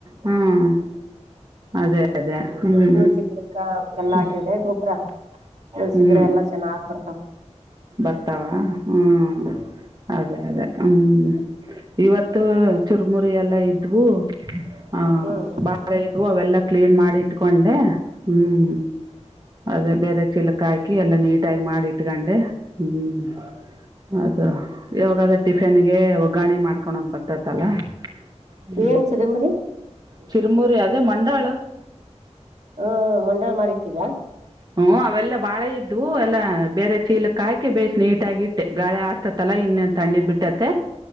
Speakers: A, on the right; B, on the right.
A: ಹ್ಮ್ ಅದೇ ಅದೇ ಹ್ಮ್
B: ೂಸಿ ಗಿಡಕ ಅವಕ್ಕೆಲ್ಲಾ
A: ಹ್ಮ್
B: ಹಾಕಿದ್ರೆ ಗೊಬ್ಬ್ರ ಕೆಸಗಿಡೆ
A: ಹ್ಮ್
B: ಎಲ್ಲಾ ಚೆನ್ನಾಗಗ್ಬರ್ತಾವ
A: ಬರ್ತಾವ ಹ್ಮ್ ಅದೇ ಅದೇ ಹ್ಮ್ ಇವತ್ತು ಚುರ್ಮುರಿ ಎಲ್ಲ ಇದ್ವು ಹ
B: ಹ್ಮ್
A: ಬಾಳ ಇದವು ಅವೆಲ್ಲಾ ಕ್ಲೀನ್ ಮಾಡಿ ಇಟ್ಕೊಂಡೆ ಹ್ಮ್ ಅದ ಬೇರೆ ಚೀಲಕ ಹಾಕಿ ಎಲ್ಲಾ ನೀಟಾಗಿ ಮಾಡಿ ಇಟ್ಕಂಡೆ ಹ್ಮ್ ಅದು ಯಾಗಾದ್ರ ಟಿಫಿನ್ಗೆ ಒಗ್ಗಾಣೆ ಮಾಡ್ಕೊಂಡ ಹೋಗ್ ಬರ್ತವಿ ತಲ್ಲ ಹ್ಮ್
B: ಏನ್ ಚಿದಂಬರಿ
A: ಚಿರುಮುರಿ ಅದೇ ಮಂಡಾಳ
B: ಹ್ಮ ಮಂಡಳ ಮಾಡಿಟ್ಟೀರಾ
A: ಹ್ಮ ಅವೆಲ್ಲ ಬಾಳ ಇದ್ದವು ಎಲ್ಲಾ ಬೇರೆ ಚೀಲಕ್ ಹಾಕಿ ಬೇ್ ನೀಟಗ ಇಟ್ಟೆ ಗಾಳಿ ಆಡ್ ತಲಾ ಇನ್ನ ತಂಡಿ ಬಿಟ್ಟತ್ತ